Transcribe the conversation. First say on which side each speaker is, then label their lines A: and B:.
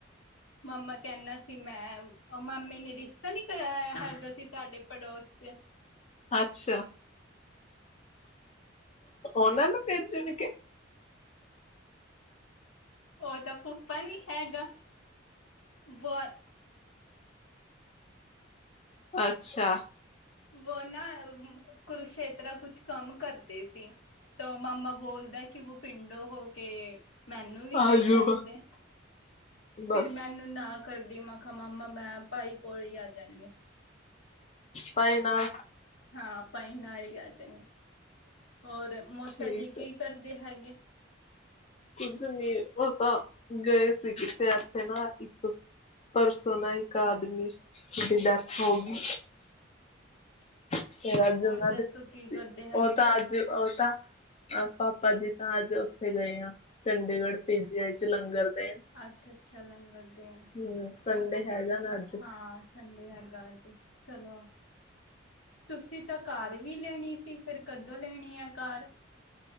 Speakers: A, on the left; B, on the left.
A: ਮਾਮਾ ਕੈਨਾ ਸੀ ਮੈਂ ਓ ਮਾਮੇ ਨੇ ਰਿਸ਼ਤਾ ਨੀ ਕਰਾਇਆ ਹੈਗਾ ਸੀ ਸਾਡੇ ਪੜੋਸ ਚ।
B: ਅੱਛਾ ਉਹਨਾਂ ਨੂੰ ਭੇਜਣ ਕੇ
A: ਉਹ ਦਾ ਫੁਫਾ ਨੀ ਹੈਗਾ ਫ
B: ਅੱਛਾ
A: ਵੋ ਨਾ ਕੁਰਸ਼ੇਤਰਾ ਕੁਛ ਕੰਮ ਕਰਦੇ ਸੀ ਤੋ ਮਾਮਾ ਬੋਲਦਾ ਐ ਕਿ ਵੋ ਪਿੰਡੋ ਹੋ ਕੇ ਮੈਨੂੰ ਵੀ
B: ਆਜੂਗਾ
A: ਲੇ ਜਾਂਦੇ।
B: ਬਸ
A: ਫਿਰ ਮੈਨੂੰ ਨਾ ਕਰਦੀ। ਮੈਂ ਖਾ ਮਾਮਾ ਮੈਂ ਭਾਈ ਕੋਲ ਈ ਆ ਜਾਨੀ ਆ।
B: ਭਾਈ ਨਾਲ
A: ਹਾਂ, ਭਾਈ ਨਾਲ ਈ ਆ ਜਾਂਗੇ। ਹੋਰ ਮੋਸਾ
B: ਠੀਕ
A: ਜੀ ਕੀ
B: ਹੈ
A: ਕਰਦੇ ਹੈਗੇ?
B: ਕੁੱਝ ਨੀ ਔ ਤਾਂ ਗਏ ਸੀ ਕਿਤੇ ਐਥੇ ਨਾ ਇੱਕ ਪਰਸੋ ਨਾ ਇੱਕ ਆਦਮੀ ਦੀ ਡੈਥ ਹੋਗੀ। ਫੇਰ ਅੱਜ ਓਨਾਂ
A: ਔਰ ਦੱਸੋ
B: ਦੇ
A: ਕੀ
B: ਸੀ।
A: ਕਰਦੇ ਹੈਗੇ
B: ਓ ਤਾਂ
A: ਕ
B: ਅੱਜ ਓ ਤਾਂ ਪਾਪਾ ਜੀ ਤਾਂ ਅੱਜ ਓਥੇ ਗਏ ਆ। ਚੰਡੀਗੜ, ਪੀ ਜੀ ਆਈ ਚ ਲੰਗਰ ਦੇਣ।
A: ਅੱਛਾ ਅੱਛਾ ਲੰਗਰ ਦੇਣ।
B: ਹੂੰ। ਸੰਡੇ ਹੈਗਾ ਨਾ ਅੱਜ
A: ਹਾਂ, ਸੰਡੇ ਹੈਗਾ ਅੱਜ। ਚਲੋ ਤੁਸੀ ਤਾਂ ਕਾਰ ਵੀ ਲੈਣੀ ਸੀ। ਫਿਰ ਕਦੋਂ ਲੈਣੀ ਐ ਕਾਰ?